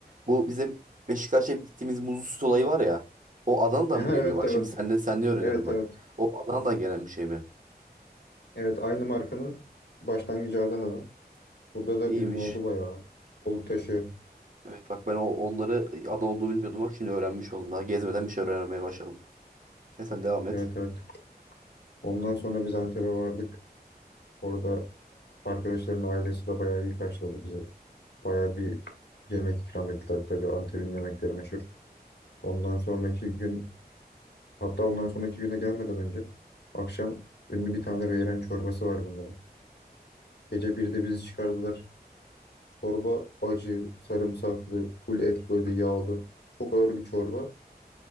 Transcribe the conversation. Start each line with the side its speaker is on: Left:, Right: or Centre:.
Right: Bu bizim Beşiktaş'a hep gittiğimiz muzlu süt olayı var ya. O Adana'dan
Left: <laughs> Evet
Right: mı geliyor? Bak
Left: evet.
Right: şimdi senden senden öğreniyorum
Left: Evet
Right: bak.
Left: evet.
Right: O Adana'dan gelen bir şey mi?
Left: Evet aynı markanın başlangıcı Adana'da. Burada da
Right: İyiymiş.
Left: ünlü oldu bayağı. Balıktaşı.
Right: Evet bak ben o onları e, adı olduğunu bilmiyordum bak şimdi öğrenmiş oldum daha gezmeden bir şey öğrenmeye başladım. E sen devam et.
Left: Evet evet. Ondan sonra biz Antep'e vardık. Orada arkadaşların ailesi de bayağı iyi karşıladı bizi. Bayağı bir yemek ikram ettiler. Tabii Antep'in yemekleri meşhur. Ondan sonraki gün hatta ondan sonraki güne gelmeden önce akşam ünlü bir tane beyran çorbası var bunların. Gece 1'de bizi çıkardılar. Çorba acı, sarımsaklı, full et böyle yağlı. Çok ağır bir çorba.